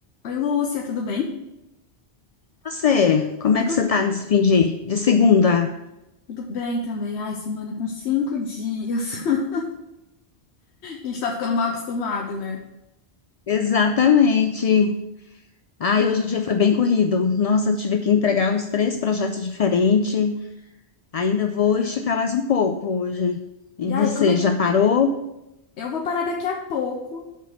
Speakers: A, on the left (about 80°); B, on the left (about 55°).
A: Oi, Lúcia, tudo bem?
B: Você, como
A: Tudo,
B: é que você tá nesse fim de, de segunda?
A: tudo bem também. Ai, semana com cinco dias. <laughs> A gente tá ficando mal acostumado, né?
B: Exatamente. Ai, hoje o dia foi bem corrido. Nossa, eu tive que entregar uns três projetos diferentes. Ainda vou esticar mais um pouco hoje. E
A: E
B: você,
A: aí, como é...
B: já parou?
A: Eu vou parar daqui a pouco.